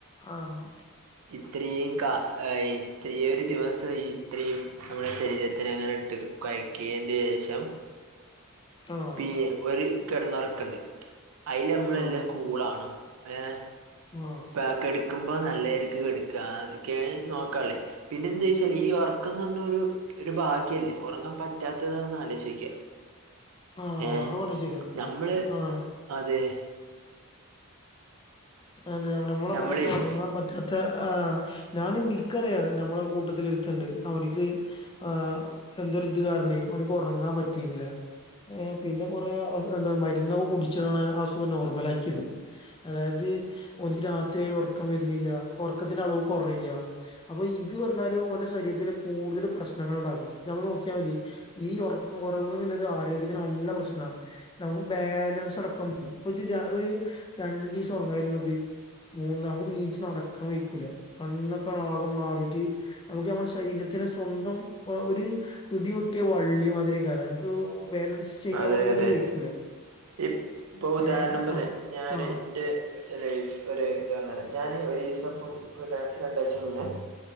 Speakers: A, on the left; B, on the right.
A: ആഹ്
B: ഇത്രയും കാ ആഹ് ഇത്രയും ഒരു ദിവസം ഇത്രയും നമ്മളെ ശരീരത്തിന് അങ്ങനെ ഇട്ട് കൊഴക്കിയേൻ്റെ ശേഷം
A: ആഹ്
B: പി ഒരു കെടന്നൊറക്കൊണ്ട്. അയില് നമ്മളെല്ലാം
A: ആഹ്
B: കൂളാവണം, ഏഹ്
A: ആഹ്
B: പാക്ക് എടുക്കുമ്പോ നല്ല രീ ക്ക് എടുക്കാ, <unintelligible> നോക്കാലോ പിന്നെ എന്താ വെച്ചാല് ഈ ഒറക്കംന്നു പറഞ്ഞാലൊരു ഒരു ഭാഗ്യല്ലേ ഒറങ്ങാൻ പറ്റാത്തതൊന്ന് ആലോചിച്ച് നോക്കിക്ക
A: ആഹ്
B: ഏഹ്
A: ആ പറഞ്ഞത് ശരിയാ
B: ഞമ്മള്
A: ആണ്
B: അതെ
A: ആന്ന് നമ്മടെ
B: നമ്മൾ
A: ഇവിടൊക്കെ ഒറങ്ങാൻ പറ്റ് താത്ത ആഹ് ഞാന് ഇനിക്കറിയാ നമ്മളെ കൂട്ടത്തിൽ ഒരുത്തണ്ട് അവനിക്ക് ആഹ് എന്തോ ഒരിത് കാരണേ ഓന്ക്ക് ഒറങ്ങാൻ പറ്റ് റ്റിയിരുന്നില്ല, ഏഹ് പിന്നെ കൊറെ എന്താ മരുന്നൊക്കെ കുടിച്ചാണ് അസുഖം നോർമൽ ആക്കിയത്. അതായത് ഓന്ക്ക് രാത്രി ആയാ ഒറക്കം വരുന്നില്ല, ഒറക്കത്തിന്റെ അളവ് കൊറയാ അപ്പൊ ഇ ത് പറഞ്ഞാലും ഓന്റെ ശരീരത്തില് കൂടുതല് പ്രശ്നങ്ങളൊണ്ടാക്കും, നമ്മള് നോക്കിയാ മതി. ഈ ഒറക്കം കൊറവ് എന്നുള്ളത് ആരോഗ്യത്തിന് നല്ല പ്രശ്നാ, നമ്മക്ക് ബാലൻസ് അടക്കം ഇപ്പൊ ശരിയാ ഒര് രണ്ടിസം ഒറങ്ങാതിരുന്നു നോക്ക് മൂന്നാമത് നീച്ച് നടക്കാൻ വഴിക്കൂല കണ്ണോക്കെ ആകെ മാറിട്ട് നമുക്ക് നമ്മുടെ ശരീരത് തിന് സ്വന്തം ഒരു പിടി പൊട്ടിയ വള്ളി മാതിരി ക്കറ നമുക്ക് ബാലൻസ് ചെയ്യാനേ
B: അതെ അതെ
A: വെയ്ക്കൂല
B: ഇപ്പ് പ്പൊ ഉദാഹരണം
A: ഏ ആ
B: പറയാ ഞാൻ
A: ആ
B: ഇന്റെ ഒരു ഇത് പറഞ്ഞാല് ഞാൻ ഒരു ദിവസ ഇപ്പം ഇവടെ രണ്ടാഴ്ച മുന്നേ